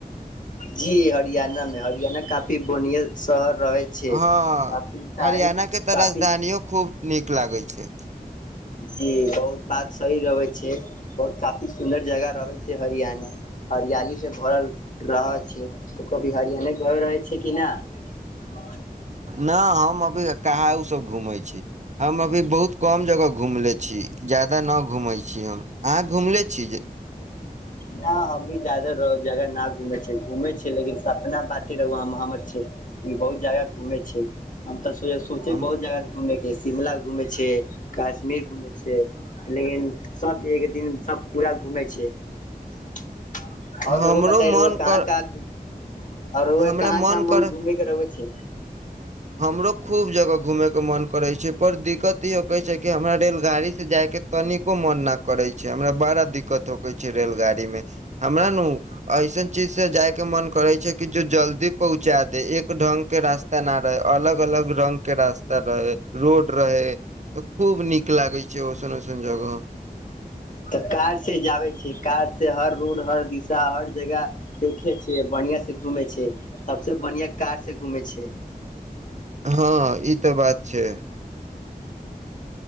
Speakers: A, on the left; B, on the right.
A: जी हरियाणा में हरियाणा काफी बढ़िया शहर रहे छै
B: हँ
A: काफी तारीफ
B: हरियाणा के तऽ
A: काफी
B: राजधानीओ खूब नीक लागै छै
A: जी बहुत बात सही रहै छै बहुत काफी सुन्दर जगह रहै छै हरियाणा हरियाली से भर रहै छै त कभी हरियाणा गेल रहै छै कि न
B: न हम अभी कहा ओसभ घूमै छी हम अभी बहुत कम जगह घूमले छी ज्यादा न घूमै छी हम अहाँ घुमले छी जे
A: न हम भी जादा रह जगह न घूमे छिय घूमे छिय लेकिन सपना बाते रहुआ हम बहुत ज्यादा घूमे छै हम तऽ सोचे
B: हम
A: बहुत जगह घूमे के शिमला घूमने छियै काश्मीर घूमने छियै लेकिन सब एक दिनमे सब पूरा घूमने छियै <inaudible> आओर
B: हमरो
A: रौआ बताई
B: मन
A: का
B: कर
A: का आओर रौआक
B: हमरा
A: कहाँ कहाँ मन
B: कर
A: घूमे के रहै छै <inaudible>
B: हमरो खूब जगह घूमयके मन करै छै पर दिक्कत ई हो के छै कि हमरा रेलगाड़ी से जाय के तनिको मन न करे छै हमरा बड़ा दिक्क थकै छै रेलगाड़ी मे हमरा ने ऐसन चीज से जाय के मन करै छै कि जे जल्दी पहुँचा दे एक ढंग के रास्ता न अलग अलग रंग के रास्ता रहे रोड रहे खूब नीक लागै छै ओसन ओसन जगह,
A: तऽ कार से जाबे छै कार से हर रोड हर दिशा हर जगह देखे छै। बढ़िया से घूमे छै सबसे बढ़ििया कार से घूमे छै।
B: हँ ई तऽ बात छै।